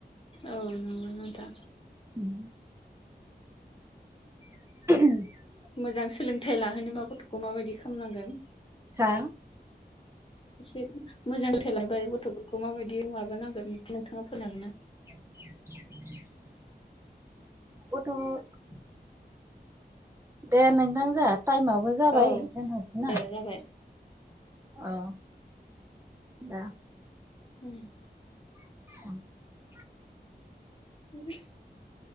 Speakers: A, on the left (about 30°); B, on the right (about 15°).
A: औ नंगौ नोंथां
B: उम <inaudible>
A: मोजां सोलोंथाइ लाहोनोबा गथ'खौ माबायदि खालामनांगोन?
B: हा
A: एसे मोजां रोंथाइ लायोबा गथ'फोरखौ माबायदि माबानांगोन बिदि नोंथाङा फोन हागोन ना?
B: <inaudible> गथ'
A: <inaudible>
B: दे नोंथां जोंहा टाइमाबो
A: हागोन
B: जाबाय
A: ना औ
B: दोनथ'सै
A: दे
B: ना
A: जाबाय
B: औ दा
A: उम
B: औ
A: <inaudible>